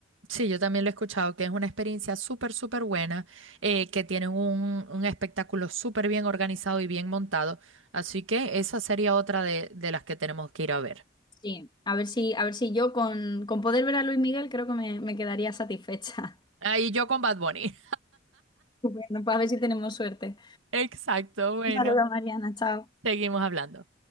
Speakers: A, on the right (about 85°); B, on the left (about 25°).
A: Sí, yo también lo he escuchado, que es una experiencia súper, súper buena, eh, que tienen un, un espectáculo súper bien organizado y bien montado. Así que esa sería otra de, de las que tenemos que ir a ver.
B: Sí, a ver si, a ver si yo con, con poder ver a Luis Miguel creo que me, me quedaría satisfecha.
A: Ahí yo con Bad Bunny.
B: <laughs> Estupendo, pues a ver si tenemos suerte.
A: <laughs> Exacto, bueno,
B: Un saludo, Mariana, chao.
A: seguimos hablando.